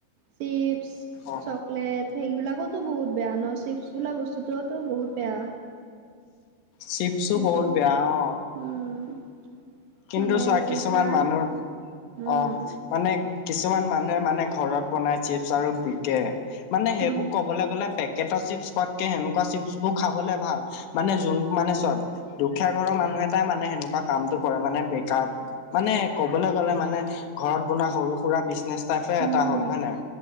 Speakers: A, on the right; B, on the left.
A: চিপছ
B: অ'
A: চকলেট সেইবিলাকতো বহুত বেয়া ন' চিপছ বোলা বস্তুটোওতো বহুত বেয়া
B: চিপছছো
A: কিন্তু
B: বহুত বেয়া অ
A: উম
B: কিন্তু
A: মানে
B: চোৱা
A: জিভাৰ
B: কিছুমান মানুৰ
A: উম
B: অহ মানে কিছুমান মানুহে মানে ঘৰত বনাই চিপচ আৰু বিকে মানে সেইবোৰ
A: উম
B: ক'বলে গ'লে পেকেটৰ চিপছ খোৱাটকে সেনেকুৱা চিপছ বোৰ খাবলে ভাল মানে যোন মানে চোৱা দুখীয়া ঘৰৰ মানুহ এটাই মানে সেনোকোৱা কামটো কৰে মানে বেকাৰ মানে ক'বলে গলে মানে ঘৰত বনোৱা সৰু হুৰা বিচ নেচ তাইপে
A: উম
B: এটা হ'ল হয় নাই।